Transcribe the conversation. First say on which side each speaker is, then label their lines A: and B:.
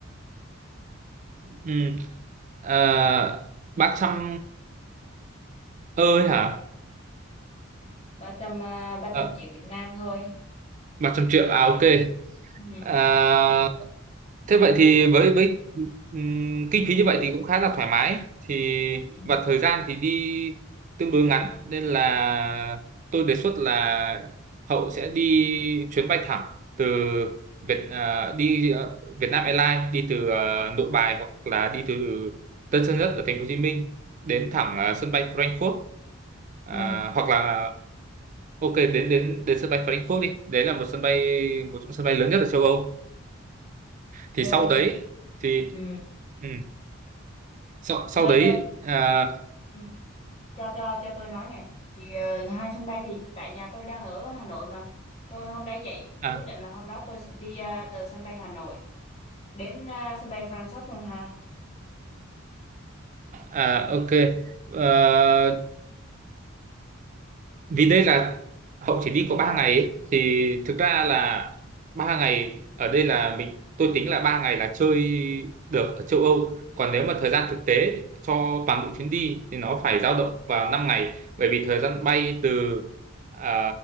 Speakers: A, on the right; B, on the left.
A: ừ. à, ba trăm ơi hả
B: ba trăm ờ, ba
A: à,
B: trăm triệu Việt Nam thôi.
A: ba trăm triệu à ok
B: Ừ.
A: à, thế vậy thì với với ừm, kinh phí như vậy thì cũng khá là thoải mái thì
B: Ừ.
A: và thời gian thì đi tương đối ngắn nên là tôi đề xuất là Hậu sẽ đi chuyến bay thẳng từ Việt à, đi ờ, Việt Nam Airlines đi từ ờ, Nội Bài hoặc là đi từ Tân Sơn Nhất ở Thành phố Hồ Chí Minh đến thẳng ờ, sân bay Frankfurt À,
B: Ừ.
A: hoặc là ok đến đến đến sân bay Frankfurt đi đấy là một sân bay một trong sân bay lớn nhất ở châu Âu thì
B: Thôi.
A: sau đấy thì
B: Ừ.
A: ừ, sau, sau
B: Thôi
A: đấy à,
B: Ừ. Cho, cho cho tôi nói này thì ờ, hai sân bay thì tại nhà tôi đang ở Hà Nội mà tôi hôm đấy dậy
A: à,
B: tôi quyết định là hôm đó tôi sẽ đi ờ, từ sân bay Hà Nội đến ờ, sân bay Francis luôn hà
A: à, ok Ờ, vì đây là Hậu chỉ đi có 3 ngày ấy, thì thực ra là ba ngày ở đây là mình tôi tính là ba ngày là chơi được ở châu Âu còn nếu mà thời gian thực tế cho toàn bộ chuyến đi thì nó phải dao động vào năm ngày bởi vì thời gian bay từ à,